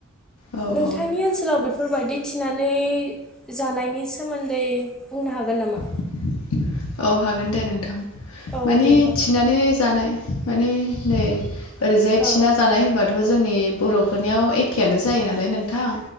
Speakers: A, on the left (about 80°); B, in the centre.
A: औ
B: नोंथांनि
A: औ
B: ओनसोल लाव बेफोरबायदि थिनानै जानायनि सोमोन्दै बुंनो हागोन नामा?
A: <inaudible> औ हागोन दे नोंथां
B: औ
A: मानि
B: दे होमबा
A: थिनानै जानाय माने नै ओरैजाय
B: औ
A: थिना जानाय होनबाथ' जोंनि बर'फोरनियाव एखेयानो जायो नालाय नोंथां